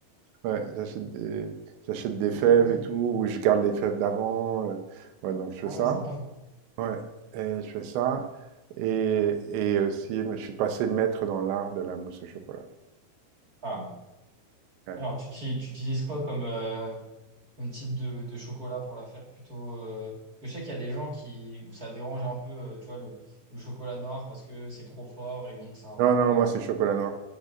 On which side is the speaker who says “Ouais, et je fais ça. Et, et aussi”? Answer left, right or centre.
Right